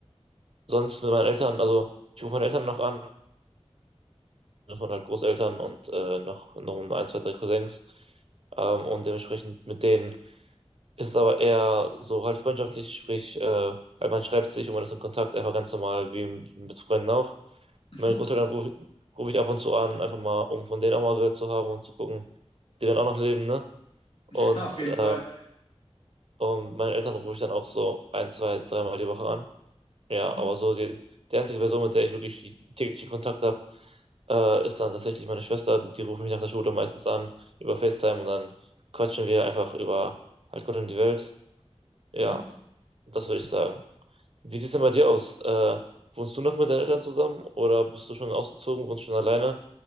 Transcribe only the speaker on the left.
mhm.
<laughs>
Auf jeden
Fall.
Mhm,
mhm.